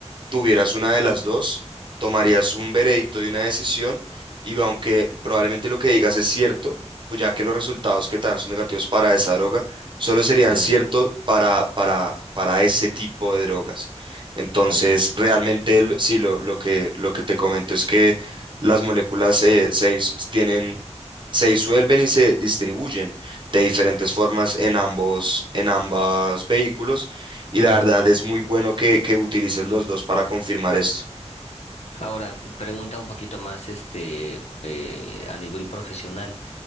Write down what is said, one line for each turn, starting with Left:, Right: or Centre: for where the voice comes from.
Right: tuvieras una de las dos, tomarías un veredicto y una decisión, y aunque probablemente lo que digas es cierto, pues ya que los resultados que te dan son negativos para esa droga, solo serían
Left: Claro,
Right: ciertos para, para, para ese tipo de drogas. Entonces,
Left: ok.
Right: realmente, el- sí, lo, lo que, lo que te comento es que las moléculas eh, 6 tienen se disuelven y se distribuyen de diferentes formas en ambos, en ambos vehículos. Y la
Left: Ujú.
Right: verdad es muy bueno que, que utilices los dos para confirmar esto.
Left: Ahora, pregunta un poquito más este eh, a nivel profesional.